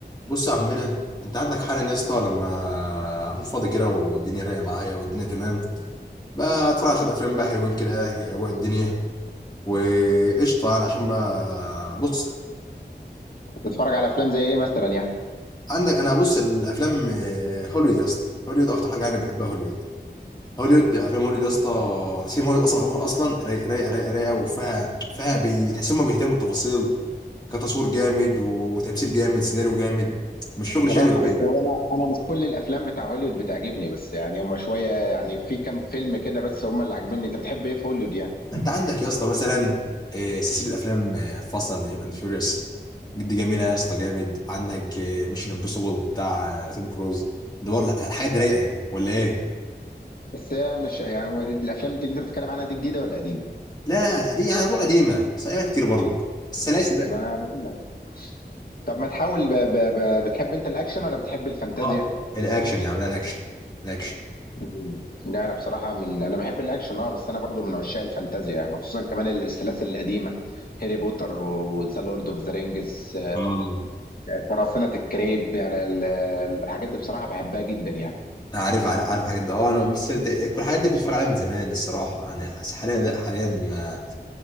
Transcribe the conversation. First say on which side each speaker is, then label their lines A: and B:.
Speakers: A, on the left; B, on the left.
A: بص يا عمنا انت عندك حالا يا اسطى لما اكون فاضي كده والدنيا رايقه معايا والدنيا تمام بقى اتفرج على شويه افلام بقى حلوين كده يروق الدنيا وقشطه انا عشان ما بص
B: بتتفرج على افلام زي ايه مثلا يعني
A: عندك انا بص الافلام اه، هوليوود يا اسطى هوليوود اكتر حاجه انا بحبها هوليوود هوليوود افلام هوليوود يا اسطى سينما هوليوود اصلا عموما اصلا رايقه رايقه رايقه رايقه وفيها فيها بي- تحس هم بيهتموا بالتفاصيل كتصوير جامد وتمثيل جامد سيناريو جامد مش شغل
B: صراحه
A: شقلب
B: بس هو انا انا مش كل الافلام بتاع هوليوود بتعجبني بس يعني هما شويه يعني في كام فيلم كده بس هما اللي عاجبني انت بتحب ايه في هوليوود يعني
A: انت عندك يا اسطى مثلا آه، سلسله افلام فاست اند فيوريوس دي جميله يا اسطى جامد عندك ميشن امبوسيبل بتاع آه، توم كروز ده برضه حاجات رايقه ولا ايه
B: بس هي مش يعني هو دي الافلام دي اللي انت بتتكلم عنها دي جديده ولا قديمه
A: لا دي يعني طول قديمه بس قديمه كتير برضه السلاسل بقى
B: ما انا بقول لك طب ما تحاول ب... ب... ب... بتحب انت الاكشن ولا بتحب الفانتازيا
A: اه الاكشن يا عم لا الاكشن الاكشن
B: مم. لا انا بصراحه من انا بحب الاكشن اه بس انا برضو من عشاق الفانتازيا يعني خصوصا كمان السلاسل القديمه هاري بوتر وذا لورد اوف ذا رينجز
A: اه
B: قراصنة الكريب يعني ال- الحاجات دي بصراحة بحبها جدا يعني
A: عارف عارف عارف الحاجات ده اه انا مس- كل الحاجات دي كنت بتفرج عليها من زمان الصراحه يعني حاليا لا حاليا آه،